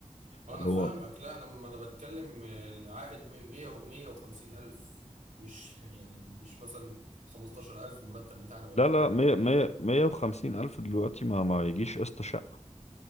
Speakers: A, on the right (about 80°); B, on the left (about 60°).
A: انا
B: اللي
A: فاهمك
B: هو
A: لا انا ما انا بتكلم العائد 100 150 الف مش يعني مش مثلا 15000 الف المرتب بتاعنا ولا
B: لا لا
A: حاجه
B: مية
A: لا 100
B: مية مية وخمسين الف دلوقتي ما ما يجيش قسط شقه